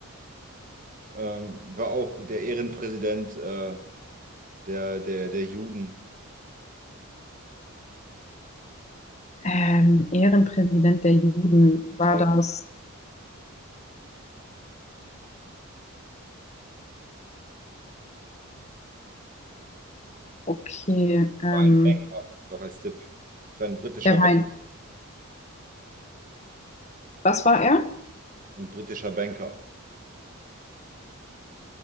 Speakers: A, on the right (about 40°); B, on the left (about 30°).
A: ähm, war auch der Ehrenpräsident äh, der, der, der Juden.
B: Ähm, Ehrenpräsident der Juden war
A: Das heißt,
B: das. Okay. Ähm,
A: ich war ein Banker, noch als Tipp. Ich war ein britischer,
B: der
A: Ban-
B: war ein. Was war er?
A: ein britischer Banker.